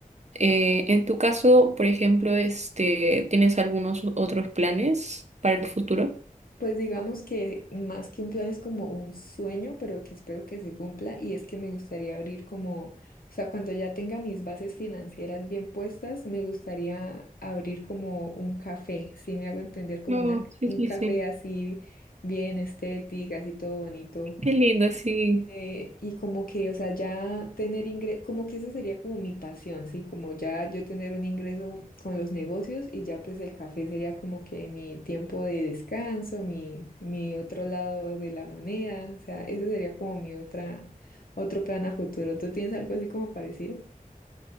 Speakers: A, on the right; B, on the left.
A: Eh, en tu caso, por ejemplo, este, ¿tienes algunos otros planes para el futuro?
B: Pues digamos que más que un plan es como un sueño, pero que espero que se cumpla y es que me gustaría abrir como, o sea, cuando ya tenga mis bases financieras bien puestas, me gustaría abrir como un café, si me hago entender, como
A: Oh,
B: una,
A: sí,
B: un
A: sí,
B: café
A: sí.
B: así bien estético, así todo bonito
A: Qué lindo, sí.
B: eh, y como que, o sea, ya tener ingreso, como que esa sería como mi pasión, ¿sí? Como ya yo tener un ingreso con los negocios y ya pues el café sería como que mi tiempo de descanso, mi, mi otro lado de la moneda, o sea, ese sería como mi otra, otro plan a futuro. ¿Tú tienes algo así como parecido?